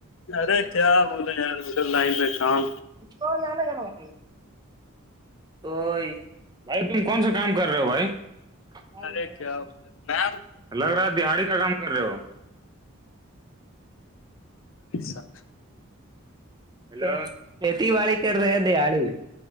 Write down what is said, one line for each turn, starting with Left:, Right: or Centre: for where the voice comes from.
Left: ارے کیا بولے یار مے لائن میں کام
Right: ا ناناگ گ متے تو بھائی تم کون سا کام کر رہے ہو بھائی ار
Left: ارے
Right: و فانا
Left: کیا بولے میم
Right: لگ رہا دہاڑی کا کام کر رہے ہو
Left: ہاں
Right: لو کھیتی باڑی کر رہے ہے دیہڑی